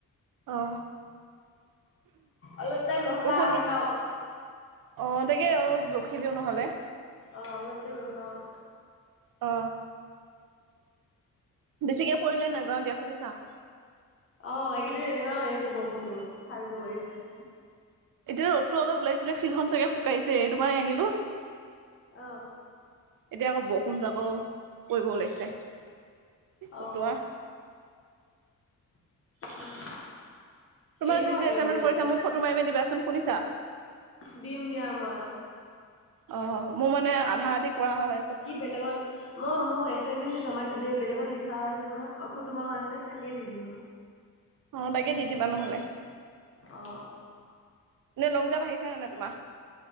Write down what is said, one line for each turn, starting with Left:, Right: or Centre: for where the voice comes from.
Right: অ'।
Left: অলপ টাইম ৰখা
Right: বৰষুণটো
Left: আহিবা আক।
Right: অ তাকে অ ৰখি দিও নহলে।
Left: অ অলপ টাইম ৰখা অ
Right: অ বেছিকে পৰিলে নাযাও দিয়া শুনিছা
Left: অ এইকেইদিন এনেকোৱাই কৰি আছে বৰষুণটো ফালতো কৰিছে
Right: এতিয়া ৰদটো অলপ ওলাইছিলে ফিল্ডখন চাগে শুকাইছে এইটো কাৰণে আহিলো।
Left: অ
Right: এতিয়া আকৌ বৰষুণতো আকৌ পৰিব ওলাইছে। কি
Left: অ
Right: ফটোৱা। তোমাৰ
Left: উম এৰিব
Right: যি যি এচাইনমেন্ট
Left: এৰিব এতিয়া
Right: কৰিছা মোক ফটো মাৰি মাৰি দিবাচোন শুনিছা
Left: দিম দিয়া মই
Right: অ মোৰ মানে আধা আধি কৰা হৈ আছে
Left: বেলেগ'ল মই মো এচাইণ্টমেণ্ট খিনি জমা দিলোয়ে বেলেগত লিখাও আছে নহয় অ ফটো মৰা হৈ আছে তাকে দি দিম আও
Right: অ তাকে দি দিবা নহ'লে
Left: অ
Right: এনে লং জাপ আহিছে নে নাই তোমাৰ?